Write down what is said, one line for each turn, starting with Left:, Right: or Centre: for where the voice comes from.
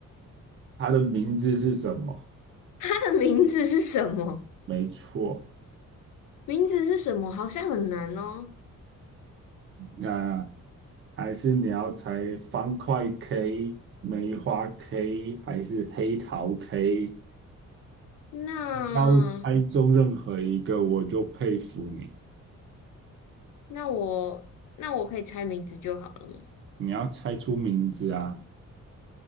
Right: 他的名字是什么？
Left: 他的名字是什么？
Right: 没错，
Left: 名字是什么？好像很难哦。
Right: 那还是你要猜方块 K、梅花 K 还是黑桃 K？
Left: 那
Right: 你要猜中任何一个，我就佩服你。
Left: 那我那我可以猜名字就好了嘛。
Right: 你要猜出名字啊！